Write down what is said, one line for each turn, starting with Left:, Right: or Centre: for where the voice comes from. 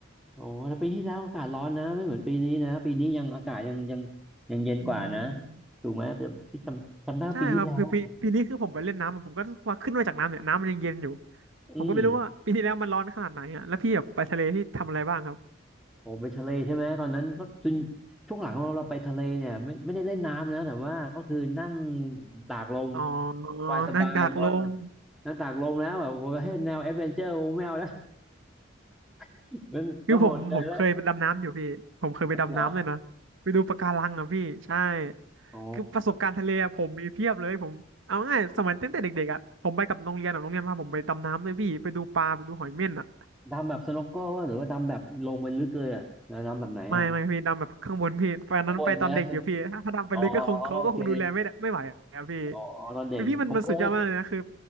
Centre: โอ้แต่ปีที่แล้วอากาศร้อนนะไม่เหมือนปีนี้นะปีนี้ยังอากาศยังยังยังเย็นกว่านะ
Right: อืม
Centre: ถูกไหมแต่พี่จำจำได้ปีที่แล้วอะ
Right: ใช่ครับคือปีปีนี้คือผมไปเล่นน้ำอะผมก็ว่าขึ้นมาจากน้ำเนี่ยน้ำมันยังเย็นอยู่
Centre: อืม
Right: ผมก็ไม่รู้ว่าปีที่แล้วมันร้อนขนาดไหนอ่ะแล้วพี่แบบไปทะเลพี่ทำอะไรบ้างครับ
Centre: โอ้ไปทะเลใช่ไหมตอนนั้นก็จนช่วงหลังเราเราไปทะเลเนี่ยไม่ไม่ได้เล่นน้ำนะแต่ว่าก็คือนั่งตากลม
Right: อ๋อ
Centre: สบายสบายเพราะว่า
Right: นั่งตากลม
Centre: นั่งตากลมแล้วแบบผมให้แนวแอดเวนเจอร์โมแมวนะ <laughs> มันก็โหดเกินแล้ว
Right: คือผมผมเคยไปดำน้ำอยู่พี่ผมเคยไปดำน้ำเลยนะไปดูปะการังอ่ะพี่ใช่
Centre: เหรออ๋อ
Right: คือประสบการณ์ทะเลอะผมมีเพียบเลยผมเอาง่ายสมัยตั้งแต่เด็กๆอ่ะผมไปกับโรงเรียนอ่ะโรงเรียนพาผมไปดำน้ำเลยพี่ไปดูปลาไปดูหอยเม่นอ่ะ
Centre: ดำแบบสโนว์โก้หรือว่าดำแบบลงไปลึกเลยอ่ะแล้วดำแบบไหนอ่ะ
Right: ไม่ไม่พี่ดำแบบข้างบนพี่ตอนนั้นไปตอนเด็กอยู่พี่ถ้าถ้าดำไปลึกก็คงเขาก็คงดูแลไม่ได้ไม่ไหวอ่ะพี่
Centre: ข้างบนเนี่ยอ๋อโอเคอ๋อตอนเด็กผมเคย
Right: พี่พี่มันมันสุดยอดมากเลยนะคือ